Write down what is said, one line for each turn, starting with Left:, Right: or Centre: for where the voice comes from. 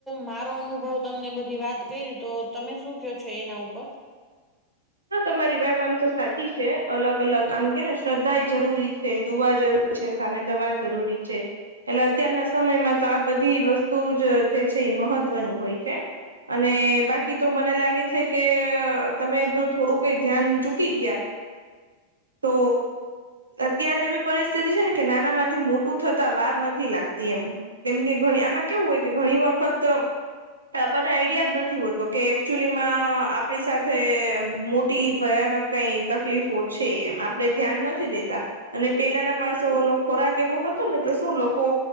Centre: મારો અનુભવ તમને બધી વાત કરી તો તમે શું કો છો એના ઉપર.
Right: હા તમારી વાત આમ તો સાચી છે અલગ અલગ આમ કેને શ્રદ્ધા એ જરૂરી છે દુવા જરૂરી. સામે દવા જરૂરી છે એટલે અત્યારના સમયમાં તો આ બધી વસ્તુ. તું જ જે છે મહવ. વની હોય છે અને બાકી તો મને લાગે છે કે તમે. જો થોડું કઈ ધ્યાન ચૂકી ગયા તો. અત્યારે એવી પરિસ્થિતિ છે ને કે નાના માંથી મોટું થતા વાર નથી લાગતી એમ. કેમ કે ઘણી આમાં કેવું હોય કે ઘણી વખત. પણ આઈડિયા જ નથી હોતો કે એકચુલી માં આપણી સાથે. મોટી ભયાનક કઈ તકલીફો છે એમ. આપણે ધ્યાન નથી દેતા અને પેલાના માણસો નો ખોરાક એવો હતો ને તો શું લોકો.